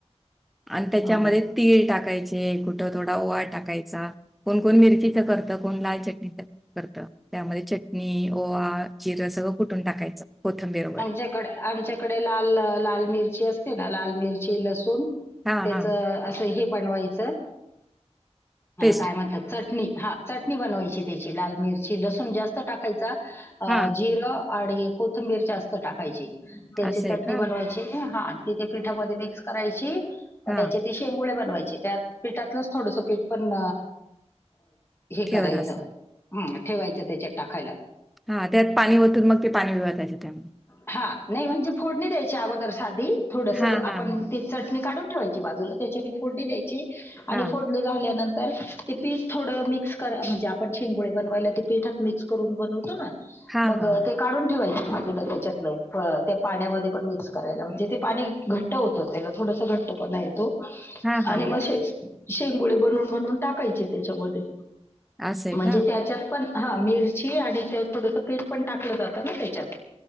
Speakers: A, in the centre; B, on the left.
A: आणि त्याच्यामध्ये
B: हं.
A: तीळ टाकायचे कुठं थोडा ओवा टाकायचा कोण कोण मिरचीच करतं कोण लाल चटणीच करत त्यामध्ये चटणी पोहा जिरं सगळं कुठून टाकायचं कोथंबीरोबरे
B: आमच्या तकडे लाल लाल मिरची असते ना लाल मिरची लसूण
A: हां,
B: त्याच
A: हां.
B: हे बनवायचं
A: पेस्ट.
B: काय म्हणतात चटणी हा चटणी बनवायची त्याची लाल मिरची लसूण जास्त टाकायचा अ
A: हां,
B: जिरं आणि कोथिंबीर जास्त टाकायची त्याची
A: असं
B: चटणी
A: आहे का?
B: बनवायची हां तथ पिठामध्ये मिक्स करायची
A: हां,
B: त्या चेंगुळे बनवायचे त्या पीठातलंच थोडस पीठ पण हे
A: ठेवत
B: करायचं
A: असतात.
B: हम्म ठेवायचं त्याच्यात टाकायला
A: हा त्यात पाणी होतून मग ते पाणी भवतायचे त्यामुळे
B: हा नाही म्हणजे फोडणी द्यायची अगोदर साधी थोडस
A: हां,
B: आपण
A: हां,
B: चटणी काढून ठेवायची बाजूला त्याच्या फोडणी द्यायची आणि
A: हां.
B: फोडणी झाल्यानंतर ते पीठ थोडं मिक्स म्हणजे आपण शेंगोळे बनवायला ते पीठात मिक्स करून बनवतो ना
A: हां,
B: मग
A: हां.
B: ते काढून ठेवायच बाजूला त्याच्यात त्या पाण्यामध्ये पण मिक्स करायला म्हणजे ते पाणी घट्ट होतं त्याला थोडस घट्ट पण येतो
A: हां, हां,
B: आणि
A: हां.
B: मसे शेंगुळे बनून बनवून टाकायचे त्याच्यामध्ये
A: असं आहे
B: म्हणजे
A: का?
B: त्याच्यात पण हा मिरची आणि त्या थोडसं पीठ पण टाकलं जातं ना त्याच्यात